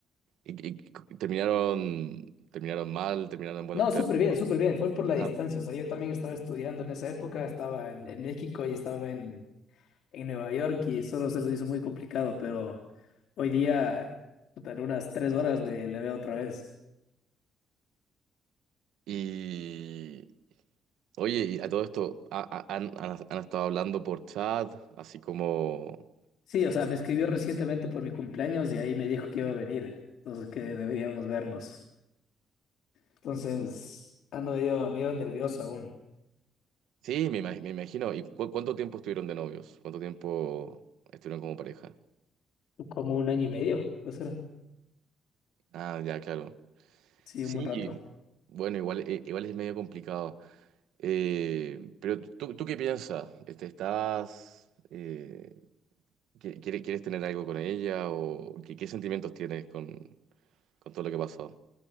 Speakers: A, on the right (about 85°); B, on the left (about 75°).
A: ¿Y, y terminaron, terminaron mal? ¿Terminaron en buenos
B: No,
A: términos?
B: súper bien, súper bien, fue por la distancia,
A: Ah,
B: o sea, yo también estaba estudiando en esa época, estaba en, en México y estaba en... en Nueva York y solo se nos hizo muy complicado, pero hoy día, puta, en unas tres horas de, le veo otra vez.
A: y Oye, y a todo esto, ¿ha- ha- han, han- han estado hablando por chat, así como...
B: Sí, o sea, me escribió recientemente por mi cumpleaños y ahí me dijo que iba a venir, entonces que deberíamos vernos. Entonces, ando medio, medio nervioso aún.
A: Sí, me, imag- me imagino. ¿Y cu- cuánto tiempo estuvieron de novios? ¿Cuánto tiempo estuvieron como pareja?
B: Como un año y medio, puede ser.
A: Ah, ya, claro.
B: Sí,
A: Sí,
B: un buen rato.
A: bueno, igual, eh, igual es medio complicado. Eh, pero ¿tú, tú qué piensas? Este, ¿Estás... eh, qui- quiere- ¿Quieres tener algo con ella? ¿O qué, qué sentimientos tienes con, con todo lo que ha pasado?